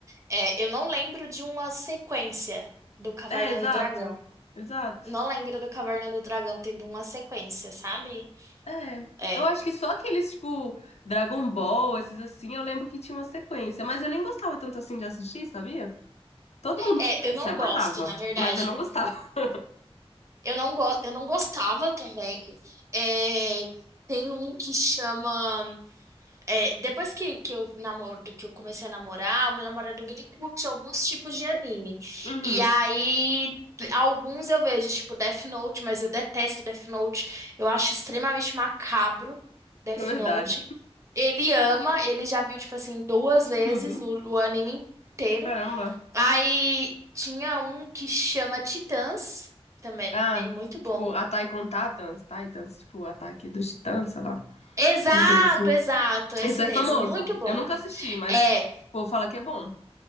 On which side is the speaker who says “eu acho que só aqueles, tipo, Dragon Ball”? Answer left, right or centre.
Left